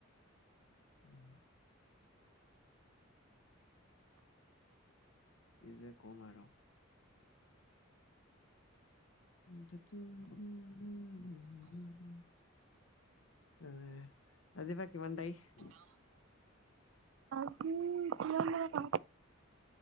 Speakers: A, on the left; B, on the right.
A: উমঁ'। কি যে ক'ম আৰু। <unintelligible> এ আজি বা কিমান তাৰিখ।
B: আজি এতিয়া <unintelligible>